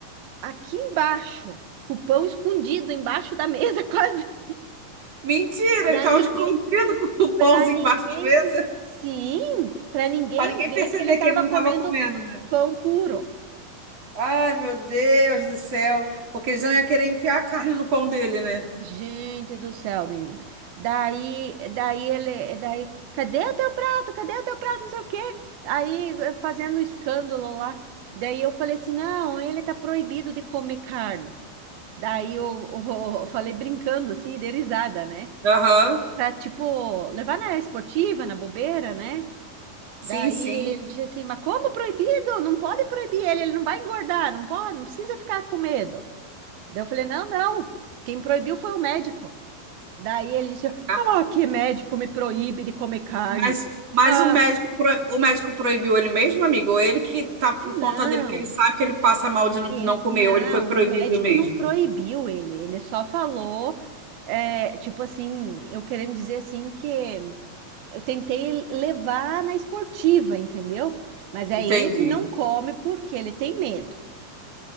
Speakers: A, on the right; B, on the right.
A: aqui embaixo, com o pão escondido embaixo da mesa, <laughs> quase.
B: <laughs> Mentira,
A: Para
B: ele tava
A: ninguém,
B: escondido com o
A: para
B: pãozinho
A: ninguém,
B: embaixo da mesa.
A: sim, para ninguém
B: Pra ninguém
A: ver
B: perceber
A: que ele estava
B: que ele não
A: comendo
B: tava comendo, né?
A: pão puro.
B: Ai, meu Deus do céu. Porque eles não iam querer enfiar a carne no pão dele, né?
A: Gente do céu, menina. Daí, daí ele, daí, cadê o teu prato? Cadê o teu prato? Não sei o quê. Aí eu fazendo escândalo lá. Daí eu falei assim: "Não, ele tá proibido de comer carne". Daí eu, <laughs> eu falei brincando assim, de risada, né?
B: Aham.
A: Pra tipo levar na esportiva, na bobeira, né?
B: Sim,
A: Daí
B: sim.
A: ele disse assim: "Mas como proibido? Não pode proibir ele, ele não vai engordar, não pode, não precisa ficar com medo". Daí eu falei: "Não, não. Quem proibiu foi o médico". Daí ele disse:
B: tá.
A: Oh, que médico me proíbe de comer carne.
B: Mas, mas
A: Ah,
B: o médico, pro- o médico proibiu ele mesmo, amigo? Ou ele que tá por conta
A: não,
B: dele, que ele sabe que ele passa mal de não,
A: ele,
B: não comer,
A: não,
B: ou ele foi proibido
A: o médico
B: mesmo?
A: não proibiu ele, ele só falou, é, tipo assim, eu querendo dizer assim que eu tentei levar na esportiva, entendeu? Mas é
B: Entendi.
A: ele que não come porque ele tem medo.